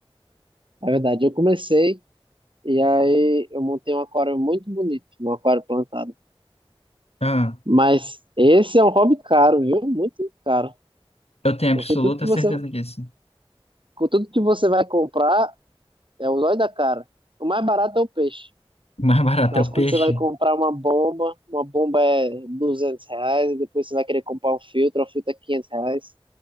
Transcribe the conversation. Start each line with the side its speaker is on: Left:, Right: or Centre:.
Right: É verdade, eu comecei e aí eu montei um aquário muito bonito, um aquário plantado.
Left: Ah,
Right: Mas esse é um hobby caro, viu? Muito caro.
Left: eu tenho
Right: Porque
Left: absoluta
Right: tudo que você,
Left: certeza disso.
Right: com tudo que você vai comprar é o olho da cara. O mais barato é o peixe.
Left: <laughs> Mais barato
Right: Mas
Left: é o
Right: quando
Left: peixe?
Right: você vai comprar uma bomba, uma bomba é 200 reais, e depois você vai querer comprar um filtro, o filtro é 500 reais.